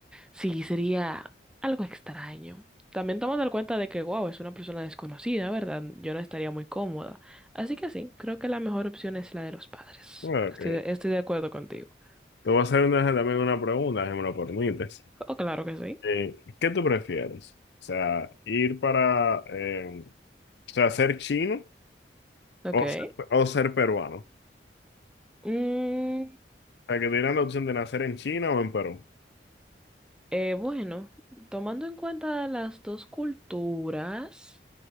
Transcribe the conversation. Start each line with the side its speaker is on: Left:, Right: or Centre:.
Centre: Sí, sería algo extraño. También tomando en cuenta de que, wow, es una persona desconocida, ¿verdad? Yo no estaría muy cómoda. Así que sí, creo que la mejor opción es la de los padres.
Left: Ok.
Centre: Estoy,
Left: Te
Centre: estoy de acuerdo contigo.
Left: voy a hacer una- también una pregunta, si me lo permites.
Centre: Oh, claro que sí.
Left: Eh, ¿qué tú prefieres? O sea, ir para, eh, o sea, ser chino
Centre: Ok.
Left: o, o ser peruano. O
Centre: Mm,
Left: sea, que te dieran la opción de nacer en China o en Perú.
Centre: eh, bueno, tomando en cuenta las dos culturas.